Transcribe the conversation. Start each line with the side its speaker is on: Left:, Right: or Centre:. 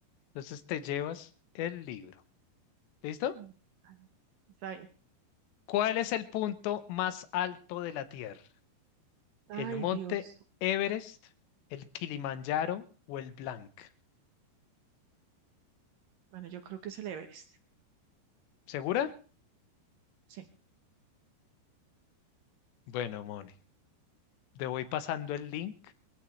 Left: entonces te llevas el libro. ¿Listo?
Right: Mm, vale. está bien.
Left: ¿Cuál es el punto más alto de la Tierra?
Right: Ay,
Left: ¿El monte
Right: Dios.
Left: Everest, el Kilimanjaro o el Blanc?
Right: Bueno, yo creo que es el Everest.
Left: ¿Segura?
Right: Sí.
Left: Bueno, Moni, te voy pasando el link